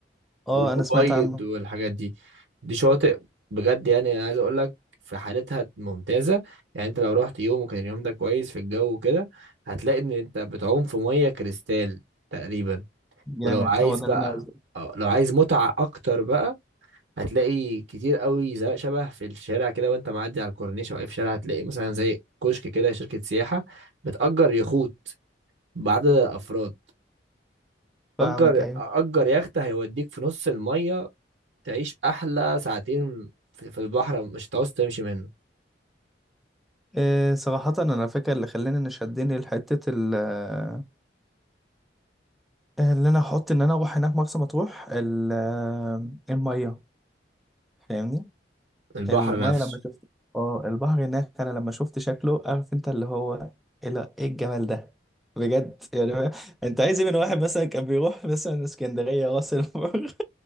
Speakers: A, in the centre; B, on the right (about 85°).
A: أه
B: والأبيض
A: أنا سمعت عنه
B: والحاجات دي دي شواطئ بجد يعني انا عايز اقول لك في حالتها ممتازه يعني انت لو رحت يوم وكان اليوم ده كويس في الجو وكده هتلاقي ان انت بتعوم في ميه كريستال تقريبا
A: جامد
B: ولو عايز
A: هو ده
B: بقى
A: اللي أنا عايزه
B: آه، لو عايز متعه اكتر بقى هتلاقي كتير قوي زي- شبه في الشارع كده وانت معدي على الكورنيش او اي في شارع هتلاقي مثلا زي كشك كده شركه سياحه بتأجر يخوت بعدد الافراد
A: فاهمك
B: اجر
A: أيوه
B: اجر يخت هيوديك في نص الميه تعيش احلى ساعتين في في البحر مش هتعوز تمشي منه
A: إيه صراحة أنا فاكر اللي خلاني إن شدني لحتة ال آه، اللي أنا أحط إن أنا أروح هناك مرسى مطروح ال- آه، المية فاهمني
B: البحر
A: المية
B: نفسه
A: لما شفت اه البحر هناك أنا لما شفت شكله عارف أنت اللي هو إيه لا، إيه الجمال ده بجد يعني أنت عايز إيه من واحد مثلا كان بيروح مثلا اسكندرية راس البر